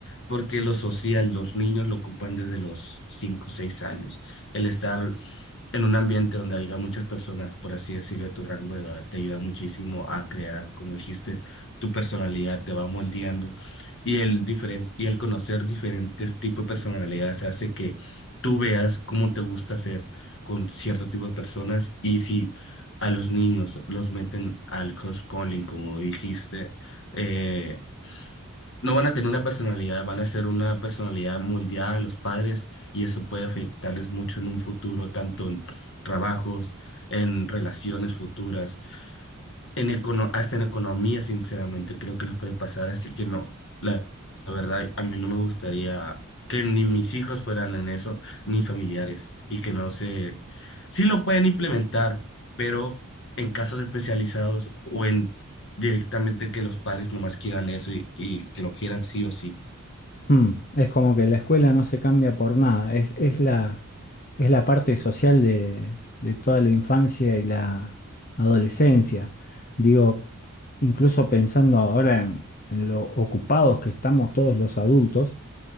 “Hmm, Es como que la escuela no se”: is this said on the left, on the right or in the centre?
Left